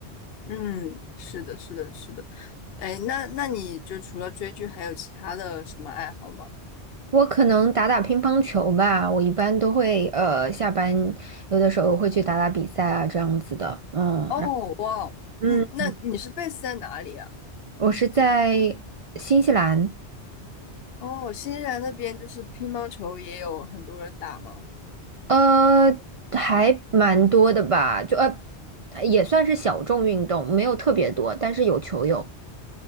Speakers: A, on the left; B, on the right.
A: 嗯，是的，是的，是的。哎，那那你就除了追剧，还有其他的什么爱好吗？
B: 我可能打打乒乓球吧，我一般都会呃下班有的时候会去打打比赛啊这样子的，嗯，
A: 哦，
B: 然
A: 哇哦，
B: 嗯，
A: 你那你是 base 在哪里啊？
B: 我是在新西兰，
A: 哦，新西兰那边就是乒乓球也有很多人打吗？
B: 呃，还蛮多的吧，就呃也算是小众运动，没有特别多，但是有球友。